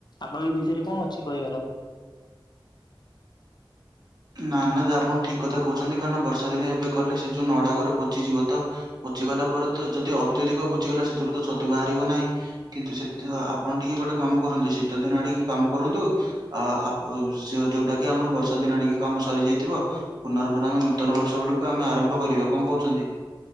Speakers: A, on the left; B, on the right.
A: ଆପଣ ଏ ବିଷୟରେ କଣ ଅଛି କହିବାର?
B: ନା ନା ଯାହା ଆପଣ ଠିକ କଥା କହୁଛନ୍ତି କାରଣ ବର୍ଷା ଦିନେ ଏବେ କଲେ ସେ ଯୋଉ ନଡ଼ା ଗୁରା ପଚିଯିବ ତ ପଚିଗଲା ପରେ ତ ଯଦି ଅତ୍ୟଧିକ ପଚିଗଲା ସେଥିରୁ ତ ଛତୁ ବାହାରିବ ନାହିଁ। କିନ୍ତୁ ସେ ଆପଣ ଟିକେ ଗୋଟେ କାମ କରନ୍ତୁ ଶୀତ ଦିନ ଟିକେ କାମ କରନ୍ତୁ। ଆ ଆପ ଯୋଉଟା କି ଆମର ବର୍ଷା ଦିନ ଆଡ଼ିକି କାମ ସରିଯାଇଥିବ ପୁନର୍ବାର ଆମେ ନୂତନ ବର୍ଷ ବେଳକୁ ଆମେ ଆରମ୍ଭ କରିବା କଣ କହୁଛନ୍ତି?